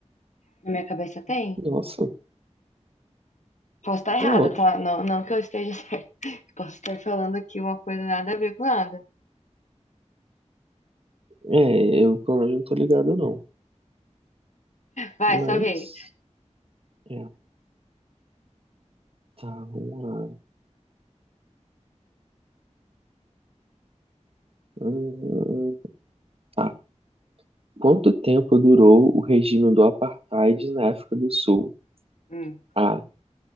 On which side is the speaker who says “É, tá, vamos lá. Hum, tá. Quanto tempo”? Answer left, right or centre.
Right